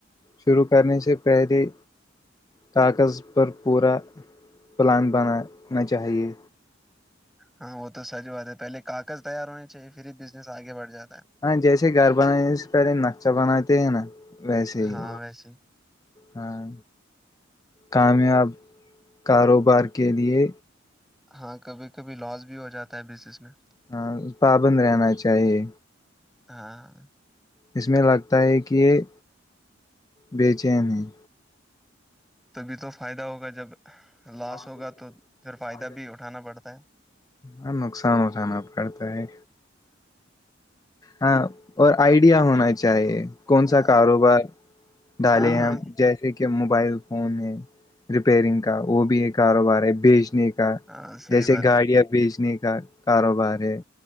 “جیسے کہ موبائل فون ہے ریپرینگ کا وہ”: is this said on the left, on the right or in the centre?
Left